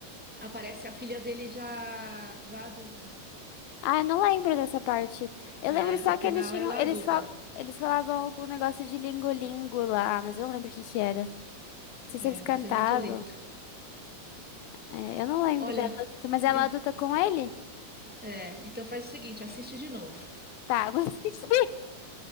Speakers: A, in the centre; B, on the left (about 75°).
A: aparece a filha dele já, já adulta.
B: Ah, eu não lembro dessa parte. Eu
A: É,
B: lembro só
A: o final
B: que eles tinham,
A: ela
B: eles
A: é adulta.
B: fal, eles falavam algum negócio de lingolingo lá, mas eu não lembro o que que era. Não sei
A: É,
B: se eles cantavam.
A: mas é muito lindo.
B: É, eu não lembro
A: Olha,
B: dela adulta, mas ela
A: e-
B: adulta com ele?
A: é, então faz o seguinte, assiste de novo.
B: Tá, <laughs> vou assistir.